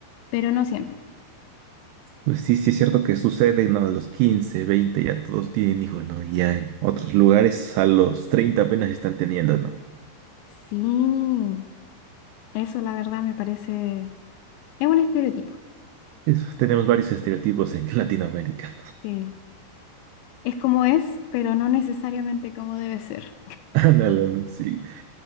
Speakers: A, on the left; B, on the right.
A: pero no siempre.
B: Pues sí, sí es cierto que sucede, ¿no? A los 15, 20 ya todos tienen hijos, ¿no? Y ya en otros lugares a los treinta apenas están teniendo, ¿no?
A: Sí, eso la verdad me parece, es un estereotipo.
B: Eso, tenemos varios estereotipos en <laughs> Latinoamérica.
A: Sí. Es como es, pero no necesariamente como debe ser.
B: Ándale, ¿no? sí.